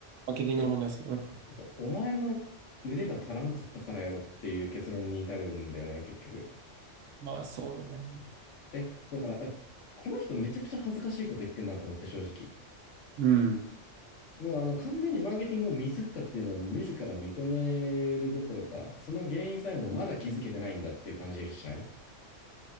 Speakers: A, on the right (about 80°); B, on the left (about 75°).
A: マーケティングの問題ですね。
B: え、てか、お前の腕が足らんかったからやろっていう結論に至るんだよね、結局。
A: まあ、そうよね。
B: え、だから、え、この人めちゃくちゃ恥ずかしいこと言ってんなと思って、正直。
A: うん。
B: もうあの完全にマーケティングをミスったっていうのを自ら認めるどころか、その原因さえもまだ気づけてないんだっていう感じしない